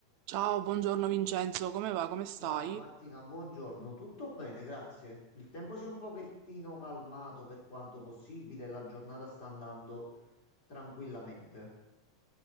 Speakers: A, on the right (about 80°); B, on the left (about 35°).
A: Ciao, buongiorno Vincenzo, come va? Come stai?
B: Ciao Martina, buongiorno. Tutto bene, grazie. Il tempo si è un pochettino calmato per quanto possibile, la giornata sta andando tranquillamente.